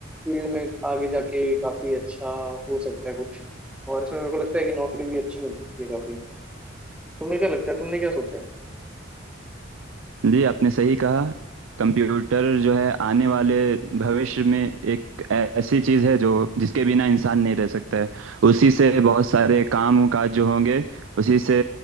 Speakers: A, in the centre; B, on the right (about 85°).
A: फील्ड में आगे जाके काफ़ी अच्छा हो सकता है कुछ और इसमें मेरे को लगता है कि नौकरी भी अच्छी मिल सकती है काफ़ी तुम्हें क्या लगता है तुमने क्या सोचा है
B: जी आपने सही कहा कंप्यूटर जो है आने वाले भविष्य में एक ऐसी चीज़ है जो जिसके बिना इंसान नहीं रह सकता है उसी से बहुत सारे काम काज जो होंगे उसी से